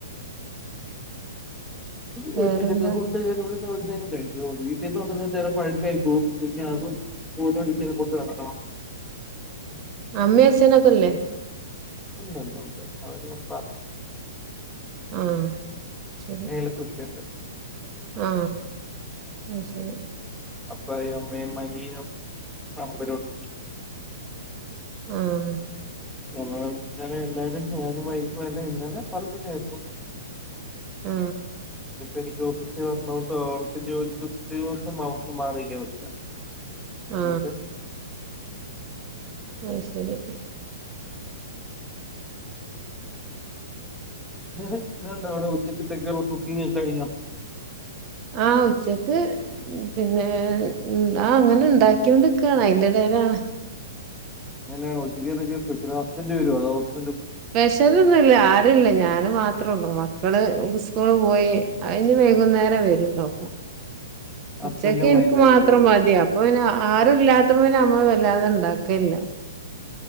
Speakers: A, in the centre; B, on the right (about 30°).
A: വിളിച്ചിട്ട്
B: വേറെന്താ
A: ഒക്കെ ഫുഡ് <unintelligible> എവിടെന്നെലും കഴിക്കും വീട്ടീന്ന് ചെലപഴുക്കായി പോവും പിന്നെ അതും പൊടിഞ്ഞോണ്ടിങ്ങനെ കൊണ്ടുനടക്കണം
B: ആഅമ്മയച്ഛനൊക്കല്ലേ
A: ഉണ്ടല്ലോ ഉണ്ട് അവരെല്ലാം
B: ആ ശരി
A: ഏലകൃഷിയുണ്ട്
B: ആ അയ്ശരി
A: പറയമ്മേ മലീനം <inaudible>
B: ആ
A: അങ്ങനെ ങ്ങനെ എന്തായും അ ഞാനും വൈഫും എല്ലാം ഇന്നലെ പറമ്പി ആായിരിക്കും
B: ആ
A: എനിക്ക് ഓഫീസിൽ വരണോണ്ടും അവക്ക് ജോലിക്ക് ഒരു ദിവസം അവക്ക് മാറിക്കാൻ പറ്റില്ല
B: ആ
A: അതുകൊണ്ട്
B: അയ്ശരി
A: വേറെ വേറെന്താണ് ഉച്ചക്ക് തെക്കുള്ള കുക്കിങ്ങോക്കെ കഴിഞ്ഞോ
B: ആ ഉച്ചക്ക് പിന്നെ ആ അങ്ങനെ ഉണ്ടാക്കിയൊണ്ട്ക്കാണ് അയിന്റെ ഇടയിലാണ്
A: എങ്ങനെയാണ്ഉച്ചയ്ക്ക്തെക്ക്‌ സ്പെഷ്യല് ഹസ്ബൻഡ് വരോ അതോ <unintelligible>
B: സ്പെഷ്യൽ ഇല്ല ആരും ഇല്ല ഞാൻ മാത്രേ മക്കള് സ്കൂളിൽ പോയി അവര് ഇനി വൈകുന്നേരം വെരൂള്ളു
A: ഹസ്ബൻഡും
B: ഉച്ചക്ക് എനിക്ക്
A: വൈകുന്നേരം
B: മാത്രം
A: വരുള്ളോ
B: മതി അപ്പംആരും ഇല്ല അപ്പം പിന്നെ നമ്മൾ വല്ലാതെ ഉണ്ടാക്കലില്ല